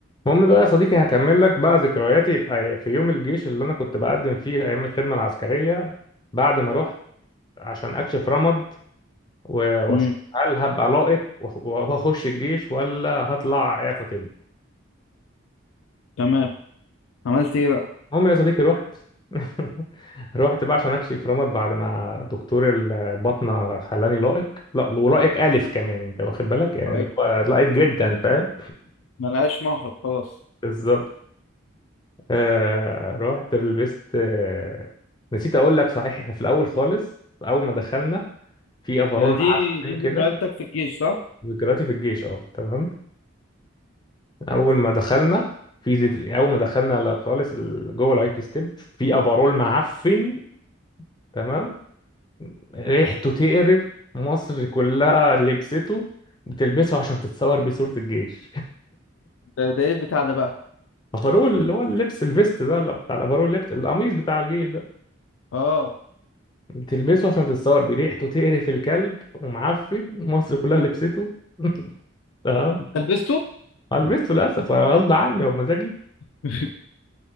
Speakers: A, on the left; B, on the left.
A: المهم بقى يا صديقي هكمل لك بقى ذكرياتي في أي- في يوم الجيش اللي انا كنت بقدم فيه ايام الخدمه العسكريه بعد ما رحت عشان اكشف رمد و- واشوف
B: امم
A: هل هبقى لائق وأخ- واخش الجيش ولا هطلع اعفى طب
B: تمام عملت ايه بقى
A: المهم يا صديقي رحت <laughs> رحت بقى عشان اكشف رمد بعد ما دكتور الباطنه خلاني لائق لا ولائق الف كمان انت واخد بالك يعني
B: طيب،
A: اللي هو لائق جدا فاهم
B: ملهاش مهرب خلاص
A: بالظبط آه رحت لبست آه نسيت اقول لك صحيح احنا في الاول خالص اول ما دخلنا في افرول
B: يا دي
A: معفن
B: دي
A: كده
B: ذكرياتك في الجيش صح
A: ذكرياتي في الجيش اه تمام اول ما دخلنا في زف... اول ما دخلنا ل- خالص ال- جوه الهايك ستيب في افرول معفن تمام ريحته تقرف مصر كلها لبسته بتلبسه عشان تتصور بيه صورة الجيش
B: ده ده ايه البتاع ده بقى
A: <laughs> افرول اللي هو اللبس الفيست ده اللي بتاع الافرول اللبس القميص بتاع الجيش ده
B: اه
A: بتلبسه عشان تتصور بريحته تقرف الكلب ومعفن مصر كلها لبسته <laughs> تمام
B: انت لبسته
A: هلبسته للاسف غصب عني وبمزاجي
B: <laughs>